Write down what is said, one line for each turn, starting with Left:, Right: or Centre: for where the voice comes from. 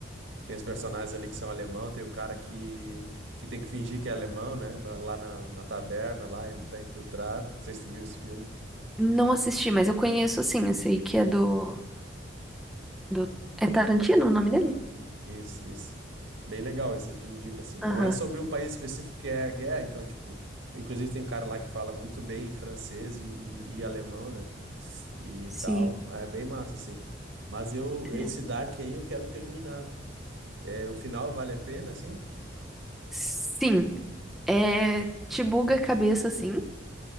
Right: tem os personagens ali que são alemão, tem o cara que, que tem que fingir que é alemão, né? na- Lá na, na taberna, lá ele tá infiltrado. Não sei se tu viu esse filme.
Centre: Não assisti, mas eu conheço, assim. Eu sei que é do. do... É Tarantino o nome dele?
Right: Isso, isso. Bem legal, esse eu te indico, assim.
Centre: Aham.
Right: Não é sobre um país específico que é a guerra, então, tipo, inclusive tem um cara lá que fala muito bem francês e, e, e alemão, né? E
Centre: Sim.
Right: tal. É bem massa, assim. Mas eu, esse
Centre: É.
Right: Dark aí eu quero terminar. É, o final vale a pena, assim?
Centre: Sim, É, te buga a cabeça, assim,